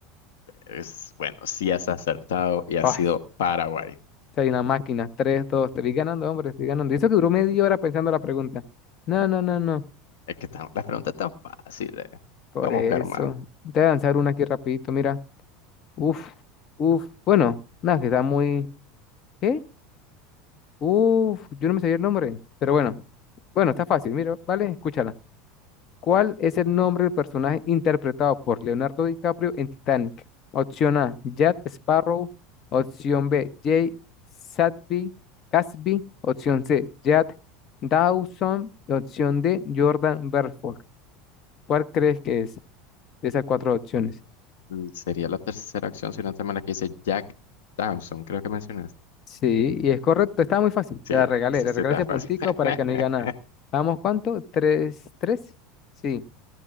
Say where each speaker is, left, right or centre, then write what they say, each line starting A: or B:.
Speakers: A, on the left; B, on the left.
A: Es, bueno, sí has acertado y ha
B: <laughs>
A: sido
B: Ay,
A: Paraguay.
B: si una máquina. Tres, dos. Te vi ganando, hombre, estoy ganando. Y eso que duró media hora pensando la pregunta. No, no, no, no.
A: Es que tan- la pregunta es tan fácil. eh.
B: Por
A: Vamos
B: eso.
A: a buscar más.
B: Te voy a lanzar una aquí rapidito, mira. Uf, uf. Bueno, nada, que está muy... ¿Qué? Uf, yo no me sabía el nombre. Pero bueno, bueno, está fácil, mira, ¿vale? Escúchala. ¿Cuál es el nombre del personaje interpretado por Leonardo DiCaprio en Titanic? Opción A, Jack Sparrow. Opción B, Jay Sadby, Casby. Opción C, Jack Dawson. Opción D, Jordan Belfort. ¿Cuál crees que es de esas cuatro opciones?
A: Mm, Sería la tercera opción, si no te mal, la que dice Jack Dawson, creo que mencionaste.
B: Sí, y es correcto, estaba muy fácil.
A: Sí,
B: Te la regalé,
A: esa
B: le
A: sí
B: regalé
A: está
B: ese
A: fácil.
B: puntico
A: <laughs>
B: para que no diga nada. Vamos, ¿cuánto? ¿Tres, tres? Sí,